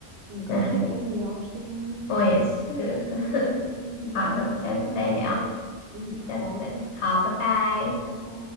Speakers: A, on the right (about 65°); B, on the left (about 65°).
A: 很高兴跟你聊天，
B: 那很我也是。<laughs>
A: 嗯，
B: 好的，下次再聊，
A: 好的，好的，嗯，好，
B: 下次再聊好，拜拜。
A: 拜拜。